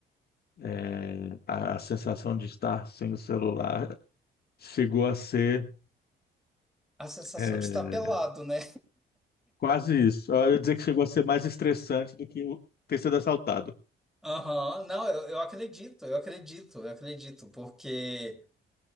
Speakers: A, on the left; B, in the centre.
A: é, a, a sensação de estar sem o celular chegou a ser.
B: A sensação
A: é,
B: de estar pelado, né?
A: Quase isso. Eu ia dizer que chegou a ser mais estressante do que o- ter sido assaltado.
B: Aham, Não, eu, eu acredito, eu acredito, eu acredito, porque